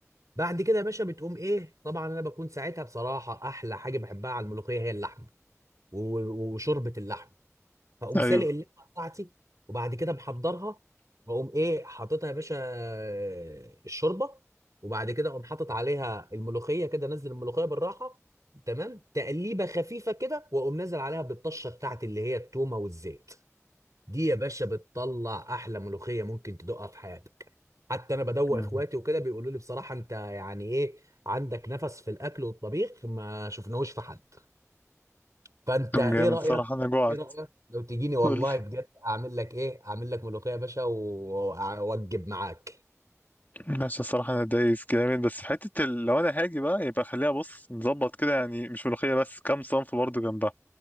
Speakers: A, on the right; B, on the left.
A: بعد كده يا باشا بتقوم ايه طبعا انا بكون ساعتها بصراحه احلى حاجه بحبها على الملوخيه هي اللحمه و- وشوربه اللحمه فاقوم
B: ايوه
A: سالق اللحمه بتاعتي وبعد كده محضرها واقوم ايه حاططها يا باشا آه، الشوربه وبعد كده اقوم حاطط عليها الملوخيه كده نزل الملوخيه بالراحه تمام تقليبه خفيفه كده واقوم نازل عليها بالطشه بتاعتي اللي هي التومه والزيت دي يا باشا بتطلع احلى ملوخيه ممكن تدوقها في حياتك حتى انا بدوق
B: مم.
A: اخواتي وكده بيقولوا لي بصراحه انت يعني ايه عندك نفس في الاكل والطبيخ ما شفناهوش في حد فانت
B: كان
A: ايه
B: جامد
A: رايك
B: صراحة انا جوعت
A: ايه رايك لو تجيني والله
B: قول
A: بجد اعمل لك ايه اعمل لك ملوخيه يا باشا و- واوجب معاك
B: ماشي الصراحة أنا دايس جامد بس في حتة ال... لو أنا هاجي بقى يبقى خليها بص نظبط كده يعني مش ملوخية بس كام صنف برضه جنبها